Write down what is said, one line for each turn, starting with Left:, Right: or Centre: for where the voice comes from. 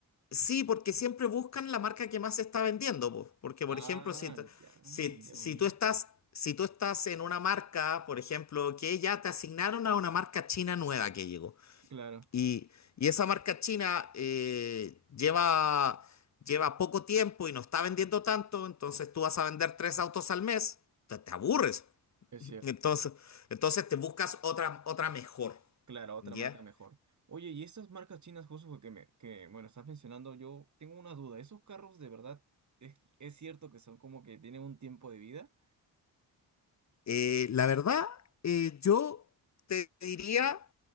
Left: Sí, porque siempre buscan la marca que más se está vendiendo, po. Porque,
Right: Ah,
Left: por ejemplo, si, t-
Right: ya,
Left: si, si
Right: ya voy.
Left: tú estás, si tú estás en una marca, por ejemplo, que ya te asignaron a una marca china nueva que llegó.
Right: Claro,
Left: Y, y esa marca china eh, lleva, lleva poco tiempo y no está vendiendo tanto, entonces tú vas a vender tres autos al mes, te, te aburres. <laughs>
Right: es cierto.
Left: Entonces, entonces te buscas otra, otra mejor,
Right: Claro, otra
Left: ¿ya?
Right: marca mejor. Oye, y estas marcas chinas, justo que me, que, bueno, estás mencionando, yo tengo una duda. ¿Esos carros de verdad es, es cierto que son como que tienen un tiempo de vida?
Left: Eh, la verdad, eh, yo te diría,